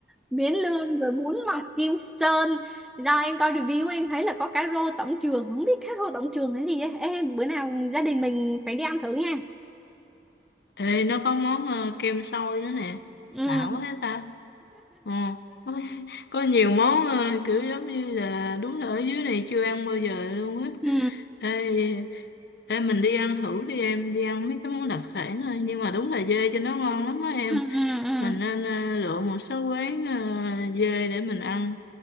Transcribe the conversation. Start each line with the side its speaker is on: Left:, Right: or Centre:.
Centre: miến lươn rồi bún mọc kim sơn do em coi review em thấy là có cá rô tổng trường không biết cá rô tổng trường là gì ấy. Ê, bữa nào gia đình mình phải đi ăn thử nha
Left: Ê, nó có món ờ, kem xôi nữa nè.
Centre: ừ
Left: Lạ quá hết ta. Ờ, có, có nhiều món ờ, kiểu giống như là đúng là ở dưới này chưa ăn bao giờ luôn á.
Centre: ừ
Left: Ê, ê, mình đi ăn thử đi em, đi ăn mấy cái món đặc sản thôi. Nhưng mà đúng là dê cho nó ngon lắm á em.
Centre: ừ ừ ừ.
Left: Mình nên ờ, lựa một số quán ờ, dê để mình ăn,